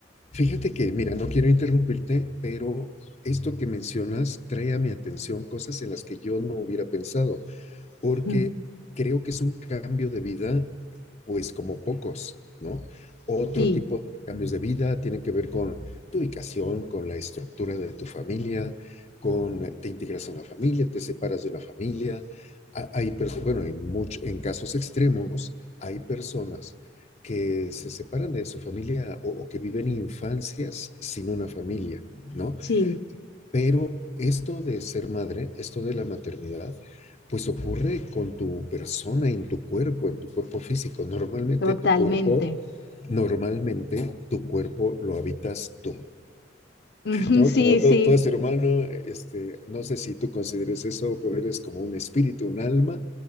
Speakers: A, on the left; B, on the left.
A: Fíjate que, mira, no quiero interrumpirte, pero esto que mencionas trae a mi atención cosas en las que yo no hubiera pensado. porque
B: Mm,
A: creo que es un cambio de vida, pues como pocos, ¿no? Otro
B: Sí,
A: tipo de cambios de vida tienen que ver con tu ubicación, con la estructura de tu familia, con te integras a una familia, te separas de una familia. Hay, bueno, en, mucho, en casos extremos, hay personas que se separan de su familia o, o, que viven infancias sin una familia, ¿no?
B: sí,
A: Pero esto de ser madre, esto de la maternidad, pues ocurre con tu persona, en tu cuerpo, en tu cuerpo físico. Normalmente
B: totalmente.
A: tu cuerpo, normalmente tu cuerpo lo habitas tú,
B: <laughs> Ujú,
A: ¿no?
B: Sí,
A: Como todo,
B: sí,
A: todo ser humano, este, no sé si tú consideres eso, pero eres como un espíritu, un alma